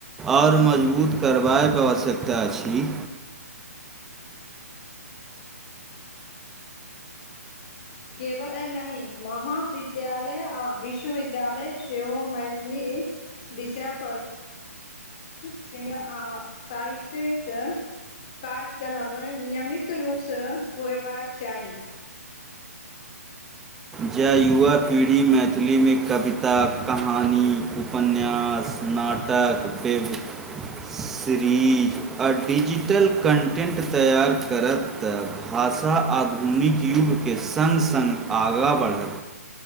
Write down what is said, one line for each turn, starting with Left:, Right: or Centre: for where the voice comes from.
Centre: आओर मजबूत करबाक आवश्यकता अछि।
Left: केवल नहि, महाविद्यालय आ विश्वविद्यालय सेहो मैथिली विषय पर, से आ साहित्यिक। <unintelligible> कार्यक्रम नियमित रूपसँ होयबाक चाही।
Centre: ज युवा पीढ़ी मैथिलीमे, कविता, कहानी, उपन्यास, ना टक, बेब सरीज। <inaudible> आ डिजिटल कन्टेन्ट तैआार करत तऽ, भाषा आधुनिक युग के संग -संग आगाँ बढ़त।